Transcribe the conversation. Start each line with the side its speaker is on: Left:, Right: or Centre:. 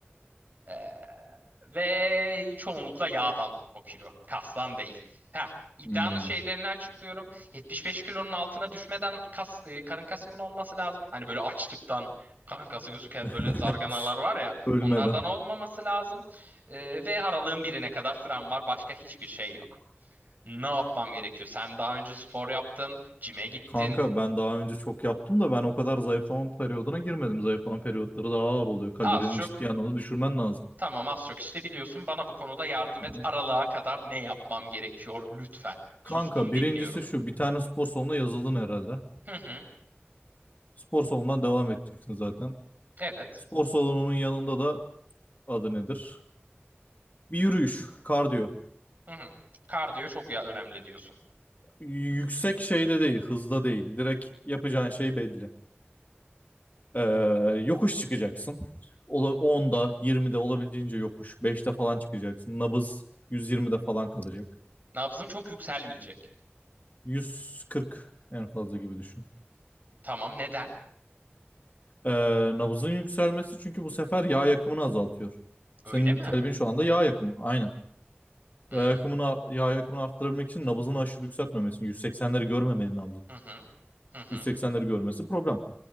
Right: Ee, ve çoğunlukla yağdan o kilo. Kastan değil. Ha, iddianın
Left: Hmm.
Right: şeylerini açıklıyorum. 75 kilonun altına düşmeden kas, e, karın kasımın olması lazım. Hani böyle açlıktan karın kası gözüken
Left: <laughs>
Right: böyle zarganalar var ya.
Left: Ölmeden.
Right: Onlardan olmaması lazım. Ee, ve aralığın birine kadar süren var. Başka hiçbir şey yok. Ne yapmam gerekiyor? Sen daha önce spor yaptın, cime gittin.
Left: Kanka ben daha önce çok yaptım da ben o kadar zayıflama periyoduna girmedim. Zayıflama periyotları daha ağır oluyor. Kalorini
Right: Az çok
Left: ciddi anlamda düşürmen lazım.
Right: Tamam az çok işte biliyorsun bana bu konuda yardım
Left: Hı
Right: et.
Left: hı.
Right: Aralığa kadar ne yapmam gerekiyor lütfen. Sustum
Left: Kanka
Right: dinliyorum.
Left: birincisi şu bir tane spor salonuna yazıldın herhalde.
Right: Hı hı.
Left: Spor salonundan devam edeceksin zaten.
Right: Evet.
Left: Spor salonunun yanında da adı nedir? Bir yürüyüş, kardiyo.
Right: Hı hı. Kardiyo çok ya önemli diyorsun.
Left: yüksek şeyde değil, hızda değil. Direkt yapacağın şey belli. Ee, yokuş çıkacaksın. Ola- 10'da, 20'de olabildiğince yokuş. 5'te falan çıkacaksın. Nabız 120'de falan kalacak.
Right: Nabzım çok yükselmeyecek.
Left: 140 en fazla gibi düşün.
Right: Tamam neden?
Left: Ee, nabızın yükselmesi çünkü bu sefer yağ yakımını azaltıyor.
Right: Öyle
Left: Senin
Right: mi?
Left: talebin şu anda yağ yakımı. Aynen.
Right: Hmm.
Left: Yağ yakımını, yağ yakımını arttırabilmek için nabızını aşırı yükseltmemesin. 180'leri görmemeli nabzı.
Right: Hı hı. Hı hı.
Left: 180'leri görmesi problem.